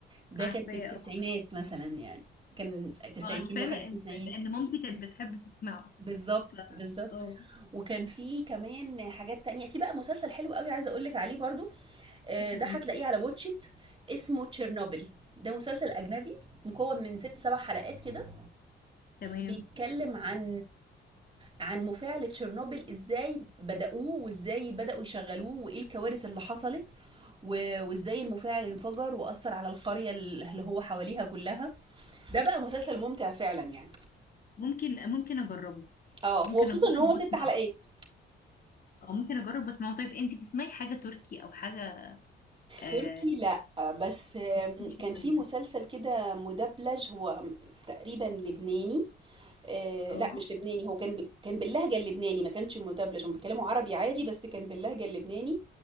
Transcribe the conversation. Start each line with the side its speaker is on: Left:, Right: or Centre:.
Right: ده
Left: عارفاه
Right: كان في التسعينات
Left: آه،
Right: مثلا يعني كان 90
Left: عارفاه
Right: 91
Left: لان لان مامتي كانت بتحب تسمعه
Right: بالظبط
Left: ف
Right: بالظبط
Left: اه
Right: وكان في كمان حاجات تانية في بقى مسلسل حلو قوي عايزة اقولك عليه برضو آه،
Left: اسمه
Right: ده هتلاقيه
Left: ايه ده؟
Right: على واتشيت اسمه تشيرنوبل ده مسلسل اجنبي مكون من ست سبع حلقات كده
Left: تمام
Right: بيتكلم عن عن مفاعل تشيرنوبل ازاي بدأوه وازاي بدأوا يشغلوه وايه الكوارث اللي حصلت و- وازاي المفاعل انفجر وأثر على القرية اللي هو حواليها كلها ده بقى مسلسل ممتع فعلا يعني
Left: ممكن ممكن اجربه
Right: اه
Left: ممكن
Right: وخصوصا
Left: اجرب
Right: ان هو
Left: واسمعه
Right: ست حلقات
Left: او ممكن اجرب واسمعه طيب انت بتسمعي حاجه تركي او حاجه آه،
Right: تركي لأ بس آم،
Left: مش في
Right: كان في
Left: الجو ده
Right: مسلسل كده مدبلج هو تقريبا لبناني آه،
Left: اه
Right: لا مش لبناني هو كان ب... كان باللهجة اللبناني ما كانش مدبلج هم بيتكلموا عربي عادي بس كان باللهجة اللبناني